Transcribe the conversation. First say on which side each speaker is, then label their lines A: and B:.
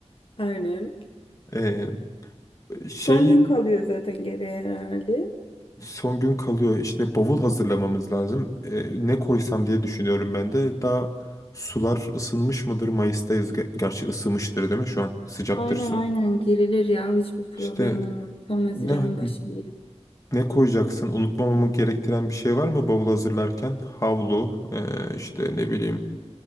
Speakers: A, on the left; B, on the left.
A: Aynen.
B: E, şey
A: Son gün kalıyor zaten geriye herhalde.
B: son gün kalıyor. İşte bavul hazırlamamız lazım. E, ne koysam diye düşünüyorum ben de. Daha sular ısınmış mıdır? Mayıs'tayız. Ge- Gerçi ısınmıştır değil mi? Şu an sıcaktır
A: Aynen
B: su.
A: aynen girilir ya hiçbir problem
B: İşte
A: olmaz. Tam Haziran'ın
B: ne
A: başı iyi.
B: Ne koyacaksın? Unutmamamı gerektiren bir şey var mı bavul hazırlarken? Havlu, e, işte ne bileyim,